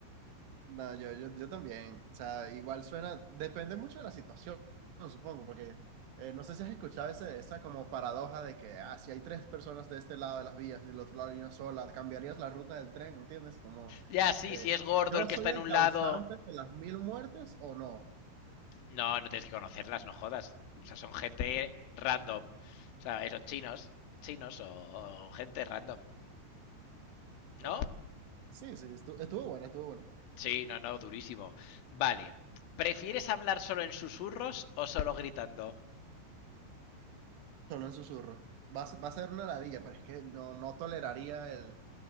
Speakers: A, on the right; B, on the left.
A: No, yo, yo, yo también. O sea, igual suena, depende mucho de la situación, supongo, porque eh, no sé si has escuchado ese- esa como paradoja de que, ah, si hay tres personas de este lado de las vías y del otro lado hay una sola, cambiarías la ruta del tren, ¿entiendes? Como,
B: Ya, sí,
A: eh,
B: si es gordo
A: ¿yo
B: el que
A: soy
B: está
A: el
B: en un
A: causante
B: lado,
A: de las mil muertes o no?
B: No, no tienes que conocerlas, no jodas. O sea, son gente random. O sea, esos chinos, chinos o, o gente random. ¿No?
A: Eh, sí, sí, estu- estuvo bueno, estuvo bueno.
B: Sí, no, no, durísimo. Vale. ¿Prefieres hablar solo en susurros o solo gritando?
A: Solo en susurros. Va, a ser- va a ser una ladilla, pero es que no, no toleraría el,